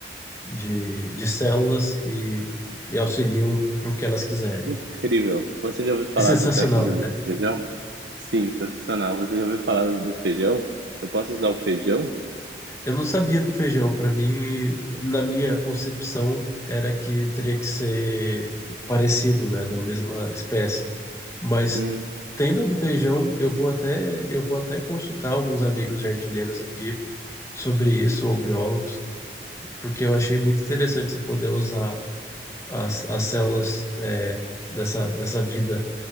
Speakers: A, on the left; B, on the right.
A: de, de células e, e auxiliam para o que elas quiserem.
B: Incrível. Você já ouviu falar
A: É sensacional,
B: do técnica
A: né?
B: do feijão? Sim, sensacional. Você já ouviu falar do feijão? Eu posso usar o feijão?
A: Eu não sabia do feijão. Para mim, na minha concepção, era que teria que ser parecido, né, da mesma espécie. Mas
B: Hum,
A: tenda do feijão, eu vou até eu vou até consultar alguns amigos jardineiros aqui sobre isso ou biólogos, porque eu achei muito interessante você poder usar as, as células é, dessa dessa vida